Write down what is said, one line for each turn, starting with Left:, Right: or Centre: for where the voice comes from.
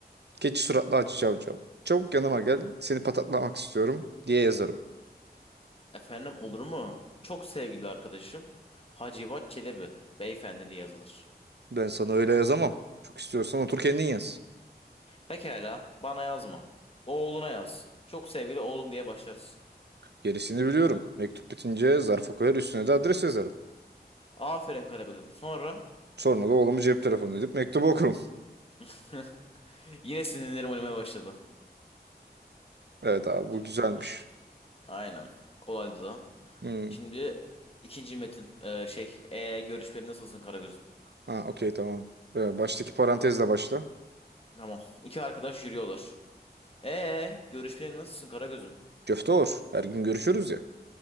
Right: Geç suratlı acı cavcav. Çabuk yanıma gel. Seni patatlamak istiyorum diye yazarım.
Left: Efendim olur mu? Çok sevgili arkadaşım Hacivat Çelebi beyefendiliği yazılır.
Right: Ben sana öyle yazamam. Çok istiyorsan otur kendin yaz.
Left: Pekala, bana yazma. Oğluna yaz. Çok sevgili oğlum diye başlarsın.
Right: Gerisini biliyorum. Mektup bitince zarfa koyar üstüne de adres yazarım.
Left: Aferin Karagöz'üm. Sonra
Right: Sonra da oğlumu cep telefonu edip mektubu okurum. <laughs>
Left: <laughs> Yine sinirlerim oynamaya başladı.
Right: Evet abi bu
Left: Şimdi
Right: güzelmiş.
Left: şi- aynen. Kolaydı da.
Right: Hmm.
Left: Şimdi ikinci metin. Ee, şey, ee, görüşmelerin nasılsın Karagöz'üm?
Right: Ha okey tamam. Ee, baştaki parantezle başla.
Left: Tamam. İki arkadaş yürüyorlar. Ee, görüşmelerin nasılsın Karagöz'üm?
Right: Köfte olur. Her gün görüşürüz ya.